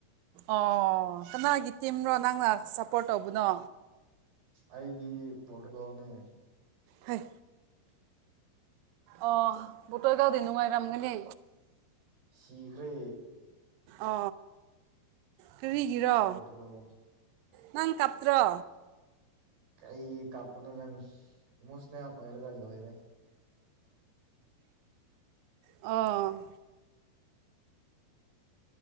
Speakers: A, on the right; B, on the right.
A: ꯑꯣ ꯀꯅꯥꯒꯤ ꯇꯤꯝꯅꯣ ꯅꯪꯅ ꯁꯞꯄꯣꯔꯠ ꯇꯧꯕꯅꯣ
B: ꯑꯩꯗꯤ ꯄꯣꯇꯨꯒꯥꯜꯅꯦ
A: ꯍꯣꯏ ꯑꯣ ꯇꯔꯒꯥꯜꯗꯤ ꯅꯨꯡꯉꯥꯏꯔꯝꯒꯅꯦ
B: ꯁꯤꯈ꯭ꯔꯦ
A: ꯑ ꯀꯔꯤꯒꯤꯔꯣ
B: ꯄꯣꯔꯇꯨꯒꯜ
A: ꯅꯪ ꯀꯥꯞꯇ꯭ꯔꯣ
B: ꯑꯩꯒꯤ ꯀꯥꯞꯀꯨꯅꯗ ꯏꯃꯣꯁꯅꯦꯜ ꯑꯣꯏꯔꯒ ꯂꯣꯏꯔꯦ
A: ꯑ